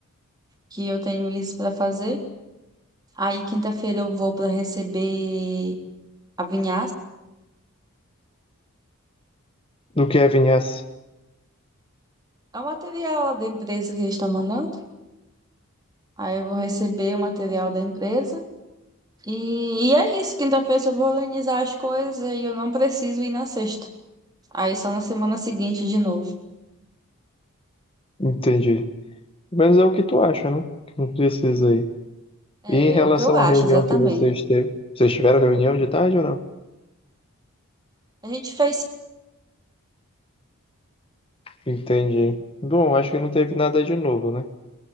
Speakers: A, on the right; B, on the left.
A: que eu tenho isso para fazer. Aí quinta-feira eu vou para receber a vinhaça.
B: Do que é vinhaça.
A: É o material da empresa que eles estão mandando. Aí eu vou receber o material da empresa. E, e é isso. Quinta-feira eu só vou organizar as coisas e eu não preciso ir na sexta. Aí só na semana seguinte de novo.
B: Entendi. Pelo menos é o que tu acha, né? Que não precisa aí.
A: É,
B: E em relação
A: é o que eu acho,
B: à reunião
A: exatamente.
B: que vocês teve, vocês tiveram reunião de tarde ou não?
A: A gente fez.
B: Entendi. Bom, acho que não teve nada de novo, né?